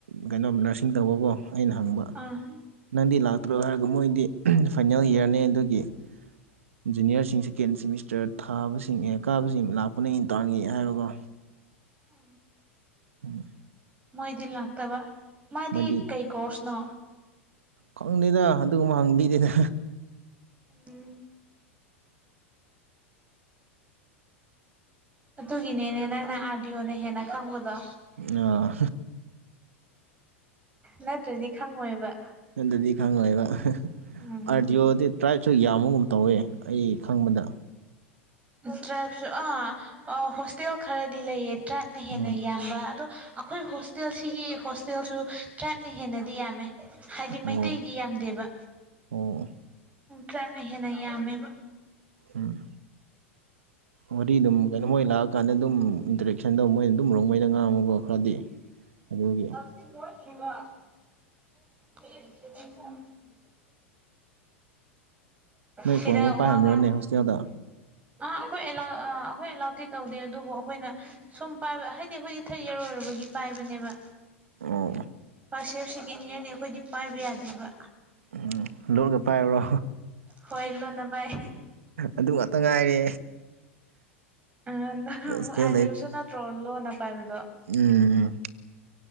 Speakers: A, on the right; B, on the right.
A: ꯀꯩꯅꯣꯝ ꯅꯔꯁꯤꯡ ꯇꯧꯕꯀꯣ ꯑꯩꯅ ꯍꯪꯕ
B: ꯑꯥ
A: ꯅꯪꯗꯤ ꯂꯥꯛꯇ꯭ꯔꯣ ꯍꯥꯏꯔꯒ ꯃꯣꯏꯗꯤ ꯐꯥꯏꯅꯦꯜ ꯏꯌꯥꯔꯅꯦ ꯑꯗꯨꯒꯤ ꯏꯟꯖꯤꯨꯅꯤꯌꯥꯔꯁꯤꯡ ꯁꯦꯀꯦꯟ ꯁꯦꯃꯤꯁꯇꯔ ꯊꯥꯕꯁꯤꯡ ꯑꯦ ꯀꯥꯕꯁꯤꯡ ꯂꯥꯛꯄꯅ ꯏꯟꯇꯥꯔꯟꯒꯤ ꯍꯥꯏꯕꯀꯣ
B: ꯑ
A: ꯎ
B: ꯃꯣꯏꯗꯤ ꯂꯥꯛꯇꯕ ꯃꯥꯗꯤ
A: ꯃꯣꯏꯗꯤ
B: ꯀꯩ ꯀꯣꯔꯁꯅꯣ
A: ꯈꯪꯗꯦꯗ ꯑꯗꯨꯒꯨꯝꯕ ꯍꯪ ꯃꯤꯅꯤꯅ
B: ꯎꯝ ꯑꯗꯨꯒꯤꯅꯦꯅꯦ ꯅꯪꯅ ꯑꯥꯔꯗꯤꯑꯣꯅ ꯍꯦꯟꯅ ꯈꯪꯕꯗꯣ
A: ꯑ
B: ꯅꯠꯇ꯭ꯔꯗꯤ ꯈꯪꯉꯣꯏꯕ
A: ꯑꯗꯨ ꯑꯗꯨꯗꯤ ꯈꯪꯦꯕ
B: ꯎꯝ
A: ꯑꯥꯔꯗꯤꯌꯑꯣꯗꯤ ꯇ꯭ꯔꯥꯏꯞꯁꯨ ꯌꯥꯝꯕꯒꯨꯝ ꯇꯧꯋꯦ ꯑꯩ ꯈꯪꯕꯗ
B: ꯇ꯭ꯔꯥꯁꯨ ꯑꯥ ꯑ ꯍꯣꯁꯇꯦꯜ ꯈꯔꯗꯤ ꯂꯩꯌꯦ ꯇ꯭ꯔꯥꯏꯞꯅ ꯍꯦꯟꯅ
A: ꯎꯝ
B: ꯌꯥꯝꯕ ꯑꯗꯣ ꯑꯩꯈꯣꯏ ꯍꯣꯁꯇꯦꯜ ꯁꯤꯒꯤ ꯍꯣꯁꯇꯦꯜꯁꯨ ꯇ꯭ꯔꯥꯏꯞꯅ ꯍꯦꯟꯅꯗꯤ ꯌꯥꯝꯃꯦ ꯍꯥꯏꯗꯤ ꯃꯩꯇꯩꯗꯤ
A: ꯑꯣ
B: ꯌꯥꯝꯗꯦꯕ
A: ꯑꯣ
B: ꯀꯝ ꯍꯦꯅꯃꯦ
A: ꯎꯝ ꯋꯥꯔꯤ ꯑꯗꯨꯝ ꯀꯩꯅꯣ ꯃꯣꯏ ꯂꯥꯛꯑꯀꯥꯟꯗ ꯑꯗꯨꯝ ꯏꯟꯇꯔꯦꯛꯁꯟꯗꯣ ꯃꯣꯏ ꯑꯗꯨꯝꯕꯧꯉꯩꯅ ꯉꯥꯡꯉꯨꯒꯣ ꯈꯔꯗꯤ ꯑꯗꯨꯒꯤ
B: <inaudible>
A: ꯅꯣꯏ
B: ꯁꯤꯗ
A: ꯐꯣꯟꯒꯨꯝꯕ ꯄꯥꯏꯔꯝꯕ꯭ꯔꯅꯦ
B: ꯋꯥ ꯉꯥꯡ
A: ꯍꯣꯁꯇꯦꯜꯗ
B: ꯑ ꯑꯩꯈꯣꯏ ꯑꯦꯂꯥꯎ ꯑ ꯑꯩꯈꯣꯏ ꯑꯦꯂꯥꯎꯗꯤꯤ ꯇꯧꯗꯦ ꯑꯗꯨꯕꯨ ꯑꯩꯈꯣꯏꯅ ꯁꯨꯝ ꯄꯥꯏꯕ ꯍꯥꯏꯗꯤ ꯑꯩꯈꯣꯏꯗꯤ ꯊꯔꯠ ꯏꯔ ꯑꯣꯏꯔꯕꯗꯤ ꯄꯥꯏꯕꯅꯦꯕ
A: ꯑꯣ
B: ꯐꯥꯔꯁ ꯏꯌꯥꯔ ꯁꯦꯀꯦꯟ ꯏꯌꯥꯔꯗꯤ ꯑꯩꯈꯣꯏꯗꯤ ꯄꯥꯏꯕ ꯌꯥꯗꯦꯕ
A: ꯎꯝ ꯂꯠꯒ ꯄꯥꯏꯔꯨꯔꯣ
B: ꯍꯣꯏꯂꯣ ꯅꯚꯥꯏ
A: ꯑꯗꯨ ꯉꯥꯛꯇ ꯉꯥꯏꯔꯦ
B: ꯑ
A: ꯍꯣꯁꯇꯦꯜ
B: ꯑꯃꯨꯛ ꯑꯥꯗꯤꯑꯣꯁꯨ ꯅꯠꯇ꯭ꯔꯣ ꯂꯣꯟꯅ ꯄꯥꯏꯕꯗꯣ
A: ꯎꯝ ꯎꯝ